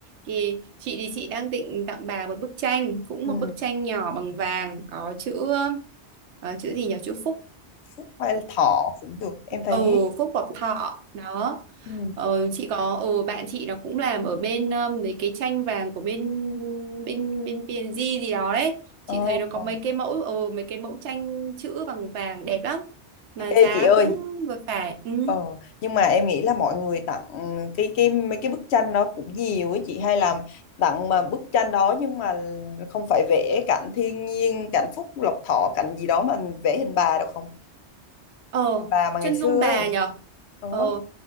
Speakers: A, on the right; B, on the left.
A: Thì chị thì chị đang định tặng bà một bức tranh, cũng
B: ừ
A: một bức tranh nhỏ bằng vàng có chữ ờ, chữ gì nhỉ? Chữ Phúc.
B: phúc hay thọ cũng được em thấy
A: Ừ, Phúc hoặc Thọ đó.
B: ừ
A: Ờ, chị có ừ, bạn chị nó cũng làm ở bên um, mấy cái tranh vàng của bên bên bên PNG gì đó đấy.
B: ờ
A: Chị thấy nó có
B: ờ.
A: mấy cái mẫu ừ, mấy cái mẫu tranh chữ bằng vàng đẹp lắm mà giá
B: ê chị ơi
A: cũng vừa phải. Ừ.
B: Ờ, nhưng mà em nghĩ là mọi người tặng cái cái mấy cái bức tranh đó cũng nhiều ấy chị hay làm tặng mà bức tranh đó nhưng mà không phải vẽ cảnh thiên nhiên cảnh Phúc Lộc Thọ cảnh gì đó mà vẽ hình bà được không
A: ờ
B: bà mà
A: chân
B: ngày xưa
A: dung bà
B: ấy
A: nhở
B: ờ,
A: ờ